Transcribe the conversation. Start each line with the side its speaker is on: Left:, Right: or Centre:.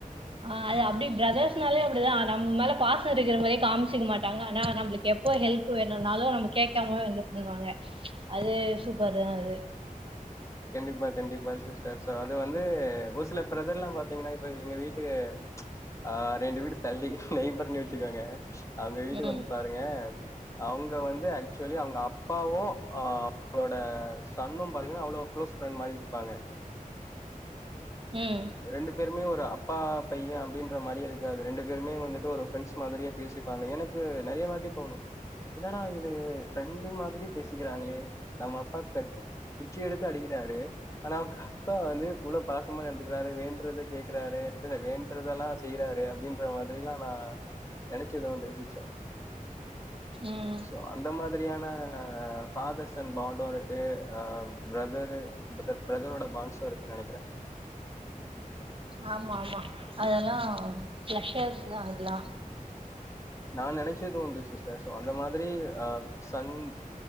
Right: ஆ அது அப்டி பிரதர்ஸ்னாலே அப்டிதா நம்ம மேல பாசோம் இருக்குற மாரியே காம்ச்சுக்க மாட்டாங்க ஆனா நம்பளுக்கு எப்போ ஹெல்ப் வேணும்னாலு நம்ம கேக்காமவே வந்து பண்ணுவாங்க அது சூப்பர் தா அது
Left: கண்டிப்பா கண்டிப்பா சிஸ்டர் சோ அது வந்து ஒரு சில பிரதர்ல்லா பாத்தீங்கன்னா இப்ப எங்க வீட்டு ஆ ரெண்டு வீடு தள்ளி நெய்பர்ன்னே வச்சுக்கோங்க அவுங்க வீட்டுக்கு
Right: ம்
Left: வந்து பாருங்க அவுங்க வந்து ஆக்சுவலி அவுங்க அப்பாவும் ஆ அவுங்களோட சன்னும் பாத்தீங்கன்னா அவ்ளோ க்ளோஸ் ஃப்ரெண்ட் மாரி இருப்பாங்க
Right: ம்
Left: ரெண்டு பேருமே வந் அ அப்பா பையன் அப்டின்ற மாரியே இருக்காது ரெண்டு பேருமே வந்துட்டு ஒரு ஃப்ரெண்ட்ஸ் மாதிரியே பேசிப்பாங்க எனக்கு நறைய வாட்டி தோணும் என்னடா இது ஃப்ரெண்டு மாதிரி பேசிக்கிறாங்களே நம்ம அப்பா த குச்சி எடுத் அடிக்கிறாரு ஆனா அவுங்க அப்பா வந்து இவ்ளோ பாசமா நடந்துக்குறாரு வேணுன்றத கேக்குறாரு வேணுன்றதெல்லா செய்றாரு அப்டின்ற மாதிரில்லா நா நெனச்சதுண்டு சிஸ்டர்
Right: ம்
Left: சோ அந்த மாதிரியான ஆஆ ஃபாதர் சன் பாண்ட்டும் இருக் தே ஆ பிரதரு பிரதர் பிரதரோட பாண்ட்ஸு இருக்கு நெனைக்கிறே
Right: ஆமா ஆமா அதெல்லா ப்ளஷர் தா அதுல்லா
Left: நா நெனச்சதுண்டு சிஸ்டர் சோ அந்த மாதிரி ஆ சன்